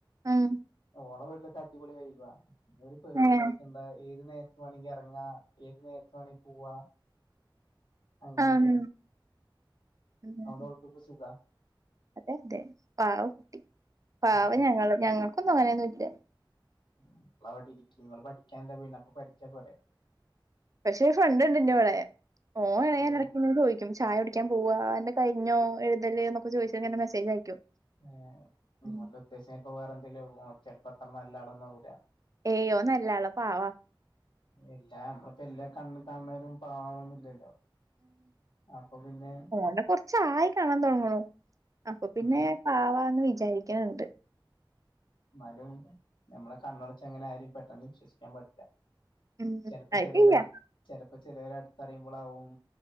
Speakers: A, on the right (about 40°); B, on the left (about 70°).
A: ഏഹ്
B: ഓള അടിപൊളി വൈബ ഒരു പേടിയും
A: ആഹ്
B: പേടിക്കണ്ട ഏത് നേരത്ത് വേണങ്കിറങ്ങാ ഏത് നേരത്ത് വേണങ്കിപോവാ അങ്ങനെയൊക്കെണ്
A: ഉം ഉം
B: അതോണ്ട് ഓൾക്കൊക്കെ സുഖ
A: അതെ അതെ പാവം കുട്ടി പാവം
B: അതെ
A: ഞങ്ങൾ ഞങ്ങക്കൊന്നും അങ്ങനെയൊന്നും ഇല്ല
B: നിങ്ങൾ അവിടെരിക്കി ഇങ്ങള് പഠിക്കാനല്ലേ പോയീണ് അപ്പൊ പഠിച്ചാപോരെ
A: പക്ഷെ ഫ്രണ്ട് ഉണ്ട് എന്റെ ഇവിടെ ഓൻ <unintelligible>
B: ഓ
A: ഇടക്ക്‌ ചോദിക്കും ചായ കുടിക്കാൻ പോവാ അന്റെ കഴിഞ്ഞോ എഴുതല് എന്നൊക്കെ ചോദിച്ച് ഇങ്ങനെ മെസേജ് അയക്കും
B: ആഹ്
A: ഉം
B: ഓന്റെ ഉദ്ദേശം പോകാറ് എന്തേലും ചെലപ്പം അത്ര നല്ലാളൊന്നും ആവൂല്ല
A: ഏഹ് ഓൻ നല്ല ആളാ പാവാ
B: എല്ലാ നമ്മളിപ്പാ എല്ലാ കണ്ണി കാണുന്നോരും പാവാണെന്നില്ലല്ലോ അപ്പൊ പിന്നെ
A: ഓനെ കൊറച്ച് ആയി കാണാൻ തുടങ്ങണു അപ്പൊ പിന്നെ
B: ഏഹ്
A: പാവാന്ന് വി വിചാരിക്കണുണ്ട്
B: എന്നാലും നമ്മളെ കണ്ണടച്ച് അങ്ങനെ ആരെയും പെട്ടെന്ന് വിശ്വസിക്കാൻ പാടില്ല
A: ഉം.
B: ചിലപ്പോ
A: അത്
B: ചിലവരടു
A: ശരിയാ.
B: ചിലപ്പോ ചിലവര് അടുത്തറിയുമ്പോളാവും